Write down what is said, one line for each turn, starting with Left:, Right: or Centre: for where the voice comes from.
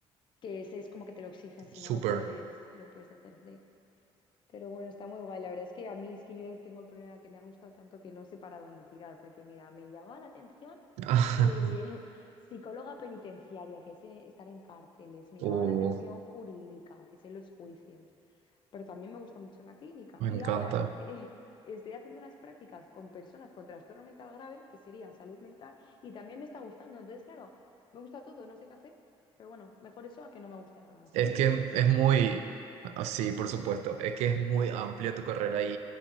Left: que ese es como que te lo exigen, si
Right: súper.
Left: no, no puedes, no puedes ejercer. Pero bueno, está muy guay. La verdad es que a mí es que yo tengo el problema que me ha gustado tanto que no sé para dónde tirar, porque mira, me llamaba la atención
Right: <laughs>
Left: Eh, <laughs> psicóloga penitenciaria, que es eh, estar en cárceles. Me llamaba
Right: Uh,
Left: la atención jurídica, que es en los juicios. Pero también me gusta mucho la clínica.
Right: me
Left: Y
Right: encanta.
Left: ahora <laughs> eh, estoy haciendo las prácticas con personas con trastorno mental grave, que sería salud mental, y también me está gustando. Entonces, claro, me gusta todo, no sé qué hacer. Pero bueno, mejor eso a que no me guste nada. Así
Right: Es
Left: que,
Right: que es muy, ah, sí, por supuesto, es que es muy amplia tu carrera y,